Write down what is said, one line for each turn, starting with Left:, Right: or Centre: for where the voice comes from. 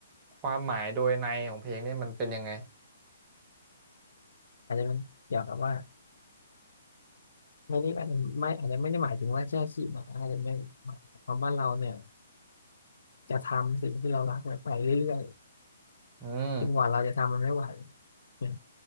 Right: ความหมายโดยในของเพลงเนี่ยมันเป็นยังไง
Left: อาจจะเป็นเกี่ยวกับว่าไม่ได้อาจจะไม่อาจจะไม่ได้หมายถึงว่าแค่ขี่ม้าอาจจะไม่หมายความว่าเราเนี่ยจะทำสิ่งที่เรารักเนี่ยไปเรื่อย
Right: อืม
Left: ๆจนกว่าเราจะทำมันไม่ไหวเนี่ย